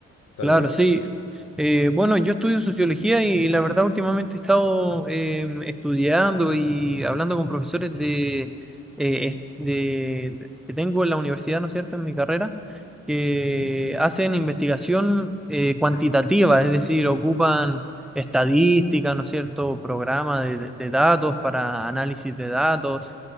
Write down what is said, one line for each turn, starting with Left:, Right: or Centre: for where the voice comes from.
Left: tal
Centre: Claro,
Left: vez.
Centre: sí. Eh, bueno, yo estudio sociología y, la verdad últimamente he estado eh, estudiando y hablando con profesores de, eh, es- de- que tengo en la universidad, ¿no es cierto?, en mi carrera, que
Left: Ujú,
Centre: hacen investigación eh, cuantitativa, es decir, ocupan estadística ¿no es cierto?, programas de, de datos para análisis de datos.